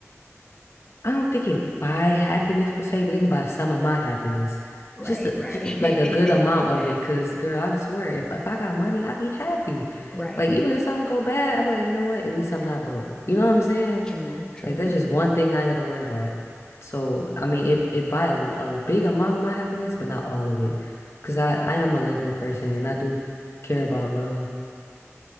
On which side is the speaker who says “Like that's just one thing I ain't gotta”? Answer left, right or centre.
Left